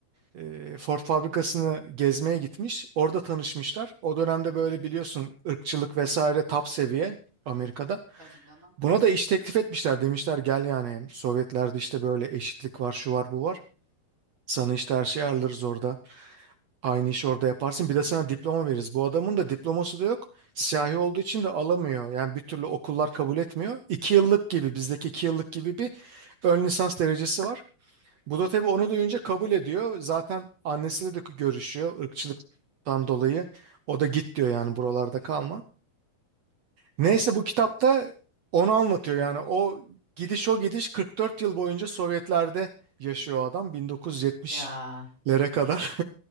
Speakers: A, on the right; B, on the right.
A: e, Ford fabrikasını gezmeye gitmiş. Orada tanışmışlar. O dönemde böyle biliyorsun ırkçılık vesaire top seviye Amerika'da.
B: Tabii canım.
A: Buna da iş teklif etmişler demişler gel yani Sovyetlerde işte böyle eşitlik var şu var bu var. Sana işte her şeyi ayarlarız orada. Aynı işi orada yaparsın. Bir de sana diploma veririz. Bu adamın da diploması da yok. Siyahi olduğu için de alamıyor. Yani bir türlü okullar kabul etmiyor. İki yıllık gibi bizdeki iki yıllık gibi bir ön lisans derecesi var. Bu da tabii onu duyunca kabul ediyor. Zaten annesiyle de görüşüyor ırkçılıktan dolayı. O da git diyor yani buralarda kalma. Neyse bu kitapta onu anlatıyor yani. O gidiş o gidiş 44 yıl boyunca Sovyetler'de yaşıyor adam 1970'lere
B: Ya.
A: kadar.